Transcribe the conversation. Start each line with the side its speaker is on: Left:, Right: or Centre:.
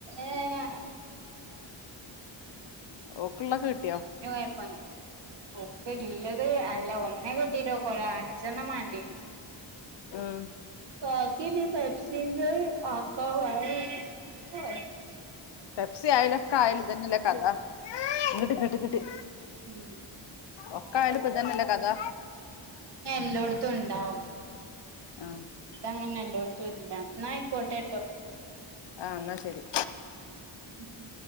Right: ഏഹ്
Left: ഓക്കുള്ളള്ളൊക്കെ കിട്ടിയോ
Right: <unintelligible> ഉപ്പ്ല്ലത് അല്ല ഒന്നേ കിട്ടീട്ട് ക്ക ഒ അഞ്ചെണ്ണം വാണ്ടീ
Left: ഉം
Right: ബാക്കി നീ പ എക്സ്ചേഞ്ച് ആക്കാ <unintelligible>
Left: പെപ്സി ആയലൊക്കെ ആയാലും ഇതന്നെല്ലേ കഥ ഇങ്ട്ട് ഇങ്ട്ട് ഇങ്ട്ട്
Right: ഉം എന്നാലും
Left: ഒക്കാ ആയാലും പതന്നല്ലെ കഥാ
Right: എല്ലോട്ത്തും ഉണ്ടാവും
Left: ആ
Right: ഇത അങ്ങനെ എല്ലോട്ത്തും ഇല്ല ന്നയിക്കോട്ടെ
Left: ഉആഹ് ന്നാ ശരി
Right: ഉം ഉം